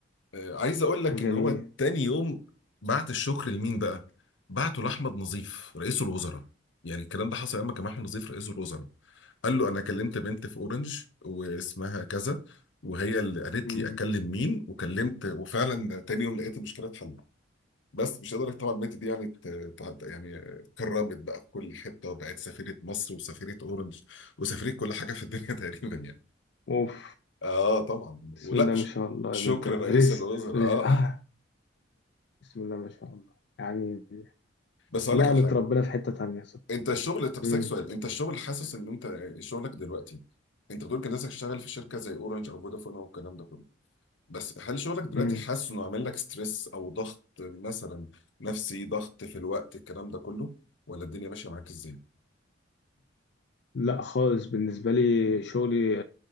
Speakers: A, on the left; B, on the left.
A: آه، عايز اقول لك
B: جميل
A: ان هو تاني يوم بعت الشكر لمين بقى؟ بعته لاحمد نظيف رئيس الوزراء يعني الكلام ده حصل لما كان احمد نظيف رئيس الوزراء قال له انا كلمت بنت في اورنج واسمها كذا وهي اللي قالت
B: مم.
A: لي اكلم مين وكلمت وفعلا تاني يوم لقيت المشكله اتحلت بس مش قادر طبعا البنت دي يعني ت- ت- يعني كرمت بقى في كل حته وبقت سفيره مصر وسفيره اورنج وسفيره كل حاجه في الدنيا <laughs> تقريبا يعني
B: اوف
A: اه طبعا
B: بسم
A: ولا
B: الله
A: ش-
B: ما شاء الله
A: شكر
B: يا بنت رزق
A: رئيس الوزراء
B: رزق
A: اه
B: اه بسم الله ما شاء الله يعني
A: بس اقول
B: نقلت
A: لك على حاجه
B: ربنا في حتة تانية صح
A: انت الشغل طب اسالك
B: مم.
A: سؤال انت الشغل حاسس ان انت شغلك دلوقتي انت بتقول كان نفسك تشتغل في شركه زي اورنج او فودافون او الكلام ده كله بس هل شغلك دلوقتي
B: مم.
A: حاسس انه عامل لك ستريس او ضغط مثلا نفسي ضغط في الوقت الكلام ده كله ولا الدنيا ماشيه معاك ازاي
B: لا خالص بالنسبة لي شغلي